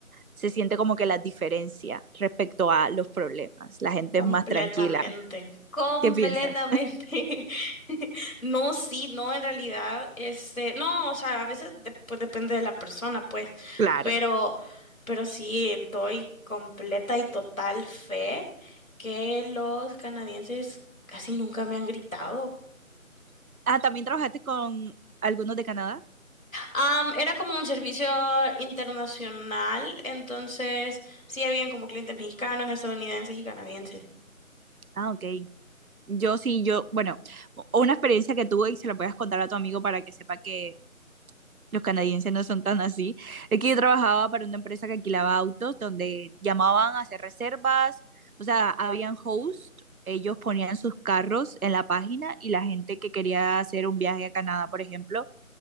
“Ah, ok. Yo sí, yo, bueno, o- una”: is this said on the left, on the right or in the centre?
Right